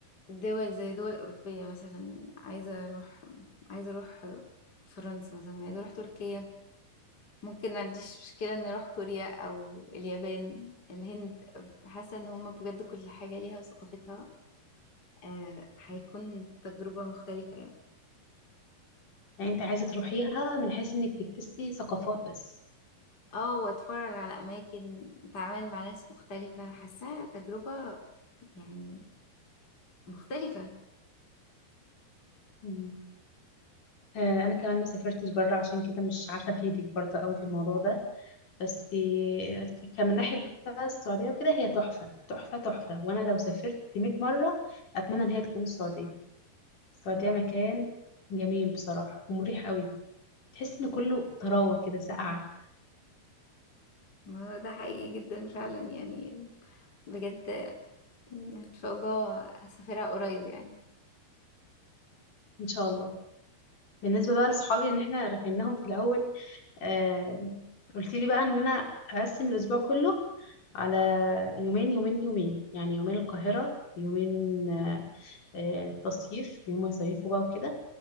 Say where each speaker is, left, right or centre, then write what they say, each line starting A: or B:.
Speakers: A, on the left (about 25°); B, on the left (about 50°).
A: دول زي دول اوروبيه مثلا عايزه اروح عايزه اروح فرنسا مثلا عايزه اروح تركيا ممكن ما عنديش مشكله ان اروح كوريا او اليابان الهند حاسه ان هم بجد كل حاجه ليها وثقافتها آه هيكون تجربة مختلفة يعني
B: يعني انت عايزة تروحيها من حيث انك تكتسي ثقافات بس
A: اه واتفرج على اماكن اتعامل مع ناس مختلفة حاساها تجربة يعني مختلفة
B: مم. آه، انا كمان ما سافرتش بره عشان كده مش عارفة افيدك برضه قوي في الموضوع ده بس آه، ك- كمن ناحية بقى السعودية وكده هي تحفة تحفة تحفة وانا لو سافرت 100 مرة اتمنى ان هي تكون السعودية السعودية
A: ما هو
B: مكان جميل بصراحة ومريح قوي تحس ان كله طراوة كده ساقعة
A: ما هو ده حقيقي جدا فعلا يعني بجد يعني ان شاء الله اسافرها قريب يعني
B: ان شاء الله بالنسبة بقى لصحابي ان احنا ركناهم في الاول آه قلت لي بقى ان انا اقسم الاسبوع كله على يومين يومين يومين يعني يومين القاهرة يومين آه آه، تصيف يوم يصيفوا بقى وكده